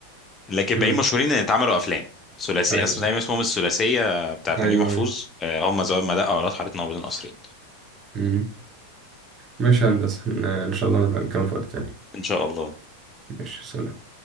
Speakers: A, on the left; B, on the right.
A: لكن الباقيين
B: مم.
A: مشهورين ان اتعملوا افلام ثلاثية
B: أيوه
A: اسمه دايما اسمهم الثلاثية بتاعت
B: أيوه
A: نجيب محفوظ
B: أيوه
A: آه، هم زمان ما دقة اولاد حارتنا وبين القصرين
B: مم. ماشي يا هندسة إن إن شاء الله نبقى نكمل في وقت تاني
A: ان شاء الله
B: ماشي سلام